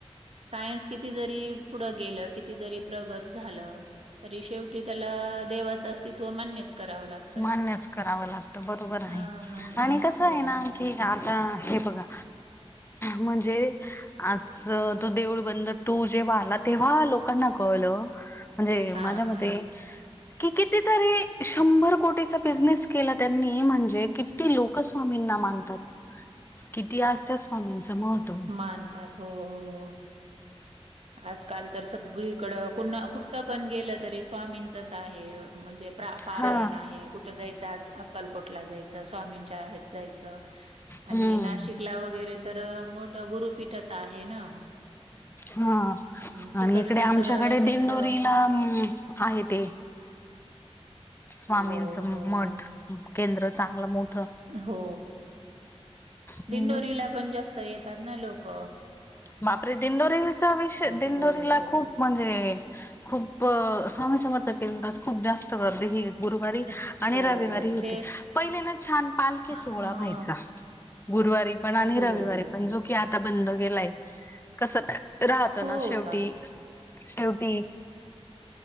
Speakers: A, on the right; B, on the left.
A: सायन्स किती जरी पुढं गेलं, किती जरी प्रगत झालं तरी शेवटी त्याला देवाच अस्तित्व मान्यच करावं लागत.
B: मान्यच करावं लागतं बरोबर आहे,
A: हां.
B: आणि कसं
A: हो
B: आहे ना? ठीक आता हे बघा, म्हणजे आज तो देऊळबंद टू जेव्हा आला तेव्हा लो कांना कळलं म्हणजे
A: हां
B: माझ्या मते
A: हां.
B: की किती तरी शंभर कोटीचा बिझनेस केला त्यांनी म्हणजे किती लोकस्वामींना मानतात. की ती आसत स्वामींचं महत्त्व
A: मानतात. हो हो हो. आजकाल तर सगळीकड कु -कुठ पण गेलं तरी स्वामींचच आहे. म्हणजे प्रा- पारायण
B: हा
A: आहे. कुठ जायच आज अक्कलकोटला जायचं. स्वामींच्या हे जायचं
B: हम्म
A: आणि नाशिक ला वगैरे तर मोठ गुरुपीठच आहे ना.
B: हा.
A: अं, तिकडचं
B: आणि इकडे आमच्याकडे
A: तर अ, जास्त
B: दिंडोरीला
A: हो,
B: म आहे ते. स्वामींचं
A: हो, हो,
B: मठ
A: हो.
B: केंद्र चांगलं मोठ
A: हो
B: हम्म
A: दिंडोरीला पण जास्त येतात ना लोक.
B: बापरे दिंडोरीचा विषय दिंडोरीला
A: सगळे येतात.
B: खूप म्हणजे खूप अ स्वामी समर्थ केंद्रात खूप जास्त गर्दी ही गुरुवारी
A: अ,
B: आणि
A: हो.
B: रविवारी होते.
A: ते
B: पहिले ना छान पालखी
A: हां.
B: सोहळा व्हायचा. गुरुवारी पण आणि
A: हो,
B: रविवारी पण
A: हो.
B: जो की आता बंद केेलाय. कस राहत
A: हो
B: ना शेवटी-
A: का?
B: शेवटी